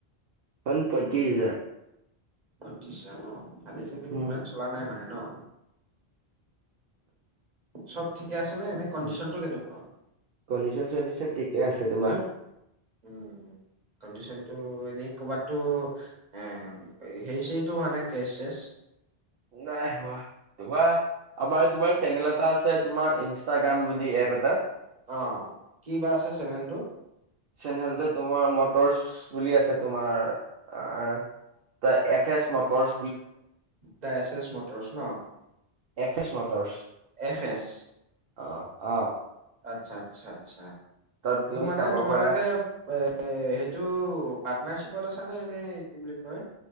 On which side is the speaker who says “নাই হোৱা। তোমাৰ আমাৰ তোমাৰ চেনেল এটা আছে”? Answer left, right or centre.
Right